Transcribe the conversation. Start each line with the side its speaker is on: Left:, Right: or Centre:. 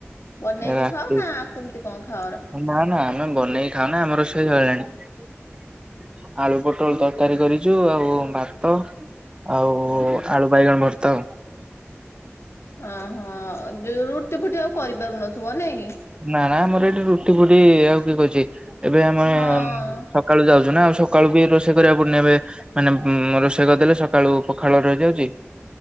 Left: ବନେଇକି
Right: ରାତି
Left: ଖାଉ ନା କେମିତି କଣ? ଖାଅ?
Right: ନା ନା ଆମେ ବନେଇକି ଖାଉନା ଆମର ରୋଷେଇ ସଇଲାଣି। ଆଳୁ ପୋଟଳ ତରକାରୀ କରିଚୁ ଆଉ ଭାତ। ଆଉ
Left: ହଁ
Right: ଆଳୁ ବାଇଗଣ ଭର୍ତା ଆଉ।
Left: ଓହୋ ରୁଟି ଫୁଟି ଆଉ କରିପାରୁନଥିବ ନାଇଁ।
Right: ନା ନା ଆମର ଏଠି ରୁଟି ଫୁଟି ଆଉ କିଏ କରୁଚି। ଏବେ ଆମେ
Left: ହଁ
Right: ସକାଳୁ ଯାଉଚୁ ଆଉ ସକାଳୁ ବି ରୋଷେଇ କରିବାକୁ ପଡୁନି। ଏବେ ମାନେ ରୋଷେଇ କରିଦେଲେ ସକାଳୁ ପଖାଳ ରହିଯାଉଛି।